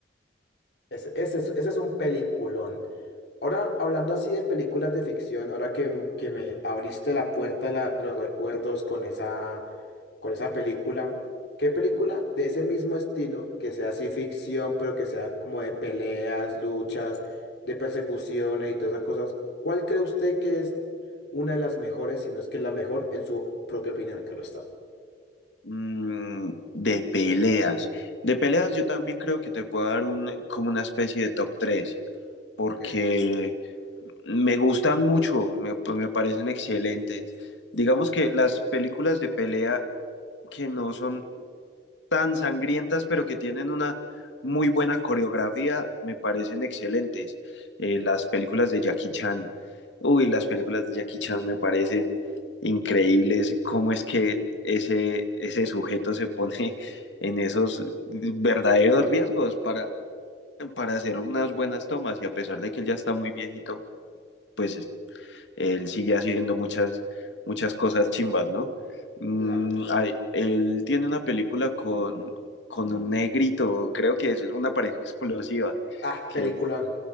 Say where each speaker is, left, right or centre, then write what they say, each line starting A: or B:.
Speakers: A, on the left (about 60°); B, on the left (about 75°).
A: Ese, ese es ese es un peliculón. Ahora, hablando así de películas de ficción, ahora que, m- que me abriste la puerta de la- de los recuerdos con esa, con esa película. ¿Qué película de ese mismo estilo, que sea así ficción, pero que sea como de peleas, luchas, de persecuciones y todas esas cosas? ¿Cuál cree usted que es una de las mejores, si no es que es la mejor, en su propia opinión? Claro está.
B: Mm, de peleas. De peleas yo también creo que te puedo dar un, como una especie de top 3 porque
A: Ok.
B: me gustan mucho, me, pues me parecen excelentes. Digamos que las películas de pelea que no son tan sangrientas, pero que tienen una muy buena coreografía, me parecen excelentes. Eh, las películas de Jackie Chan, uy, las películas de Jackie Chan me parecen increíbles, cómo es que ese, ese sujeto se pone <laughs> en esos verdaderos riesgos para, para hacer unas buenas tomas y a pesar de que él ya está muy viejito, pues él sigue haciendo muchas, muchas cosas chimbas, ¿no? Mm,
A: Claro.
B: hay- él tiene una película con, con un negrito, creo que es una pareja explosiva,
A: Ah,
B: que
A: peliculón.